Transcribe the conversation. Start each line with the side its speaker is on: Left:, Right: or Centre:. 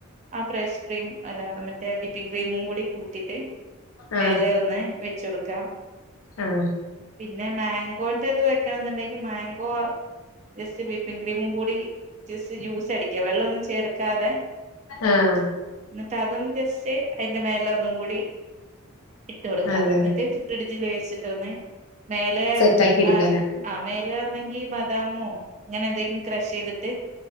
Right: ആ ഫ്രഷ് ക്രീം അല്ലാ മ റ്റെവിപ്പിംഗ് ക്രീമും കൂടി കൂട്ടിട്ട്
Left: ആഹ്
Right: മേലെ ഒന്ന് വെച്ച് കൊടുക്കാം
Left: ആഹ്
Right: പിന്നെ മാങ്കോന്റെ അത് വെക്കണം എന്നുണ്ടെങ്കിൽ മാ ങ്കോ ജസ്റ്റ് വിപ്പിംഗ് ക്രീമും കൂടി ജസ്റ്റ് ജ്യൂസ് അടിക്ക വെള്ളം ഒന്നും ചേർക്കാതെ
Left: ആഹ്
Right: എന്നിട്ട് അതൊന്ന് ജസ്റ്റ് അതിന്റെ മേലെ ഒന്നും കൂടി ഇട്ട് കൊടുക്കാ
Left: അതെ
Right: എന്നിട്ട് ഫ്രിഡ്ജിൽ വിച്ചിട്ടൊന്ന് മേലെ
Left: സെറ്റാക്കി എടുക്കാലേ
Right: ആഹ് ആഹ് മേലെ ഒന്നെങ്കി ബദാമോ അങ്ങനെ എന്തെങ്കിലും ക്രഷ് ചെയ്തിട്ട്